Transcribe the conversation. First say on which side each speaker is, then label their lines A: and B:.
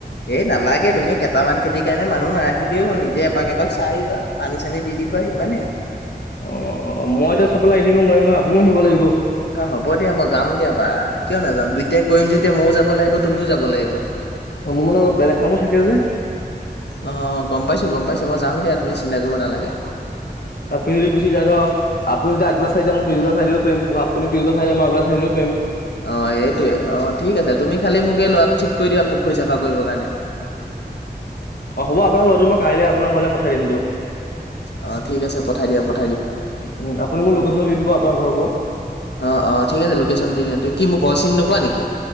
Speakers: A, on the left; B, on the left.
A: এ নালাগে তুমি কেইটামান খেতিৰ কাৰনে মা মানুহ নাৰাখি দ হ'ল নিজে এপাক এপাক চাই আহিবা পানী চানী দি দিবা সিমানে আৰু।
B: অ অ মই এতিয়া চবে লাগি থাকিব নোৱৰিম নহয় আপুনিও আহিব লাগিব।
A: অ হ'ব দিয়া মই যাম দিয়া বা কিয় নাযাম দুইটাই কৰিম যেতিয়া ময়ও যাব লাগিব তুমিও যাব লাগিব।
B: অ মোৰ মানে অলপ বেলেগ কামো থাকে যে।
A: অ গম পাইছো গম পাইছো মই যাম দিয়া তুমি চিন্তা কৰিব নালাগে
B: আপুনি যদি গুছি যায় দিয়ক আপুনি যদি আগবেলা চাই দিয়ে মই পিছবেলা চাই দিব পাৰিম। আপুনি পিছবেলা চাই দিলে মই আগবেলা চাই দিব পাৰিম।
A: অ সেইটোৱে অ ঠিক আছে তুমি খালি মোক এই লৰাটো ঠিক কৰি দিবা পুখুৰী চাফা কৰিবৰ কাৰণে।
B: অ' হ'ব আপোনাক ঘটো মই কাইলৈ আপোনাক ঘৰলে পঠাই দিম দিয়ক।
A: অ ঠিক আছে পঠাই দিয়া আগত
B: উম, আপুনি মোক লোকেশচনটো দি দিব আপোনাৰ ঘৰ কত?
A: অ', অ', ঠিক আছে লোকেশ্যন দি দিয়া কি মোৰ ঘৰ চিনি নোপোৱা নেকি